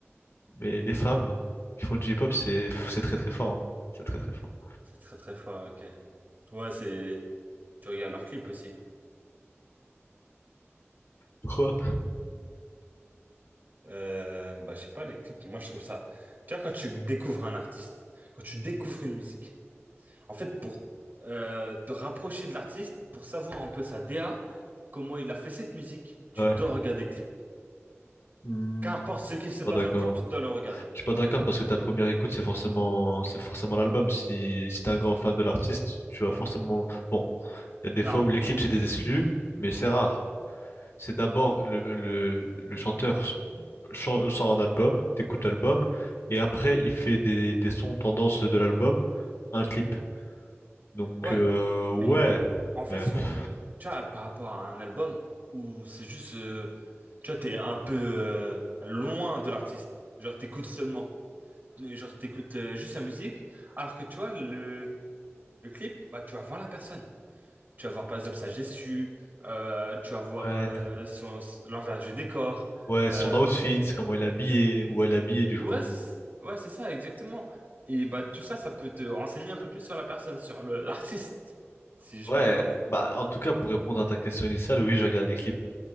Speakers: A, on the left; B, on the right.
A: Mais les femmes qui font du hip-hop, c'est c'est très très fort. hein. C'est très très fort.
B: C'est très très fort, ok. Ouais, c'est. Tu regardes leurs clips aussi.
A: Pourquoi?
B: Euh, bah, je sais pas, les clips, moi je trouve ça. Tu vois, quand tu découvres un artiste, quand tu découvres une musique, en fait, pour euh, te rapprocher de l'artiste, pour savoir un peu sa D A comment il a fait cette musique, tu
A: Ouais.
B: dois regarder le clip.
A: Hmm,
B: Qu'importe ce qui
A: je
B: se
A: suis pas
B: passe
A: d'accord.
B: dans le clip, tu dois le regarder.
A: Je suis pas d'accord parce que ta première écoute, c'est forcément, c'est forcément l'album. Si, si t'es un grand fan de l'artiste, tu vas forcément... Bon, il y a des
B: Non,
A: fois où les clips, c'est des exclus, mais c'est rare. c'est d'abord le, le, le chanteur chan- sort un album, t'écoutes l'album, et après il fait des, des sons tendance de l'album, un clip. Donc
B: ouais,
A: euh, ouais,
B: mais en fait,
A: Mais,
B: son...
A: pff,
B: tu vois, par rapport à un album où c'est juste. euh, Tu vois, t'es un peu euh, loin de l'artiste. Genre, t'écoutes seulement. Et Genre, t'écoutes euh, juste sa musique, alors que tu vois, le, le clip, bah, tu vas voir la personne. Tu vas voir par exemple sa gestu, euh, tu vas voir
A: ouais,
B: euh, son, l'envers du décor.
A: ouais,
B: Euh,
A: son outfit, comment il est habillé, où elle est habillée du
B: ouais,
A: coup.
B: c'est, ouais, c'est ça, exactement. Et bah, tout ça, ça peut te renseigner un peu plus sur la personne, sur le, l'artiste, si je
A: Ouais,
B: peux me permettre.
A: bah en tout cas pour répondre à ta question initiale, oui, je regarde les clips